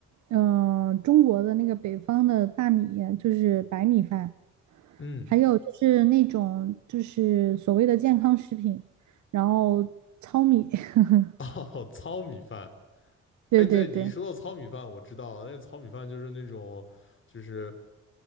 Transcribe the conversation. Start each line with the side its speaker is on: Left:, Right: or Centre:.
Right: 嗯，中国的那个北方的大米，就是白米饭，
Left: 嗯，
Right: 还有就是那种就是所谓的健康食品，然后糙米，<laughs>
Left: <laughs> 哦，糙米饭，
Right: 对对对。
Left: 哎，对，你一说到糙米饭，我知道了那个糙米饭就是那种就是。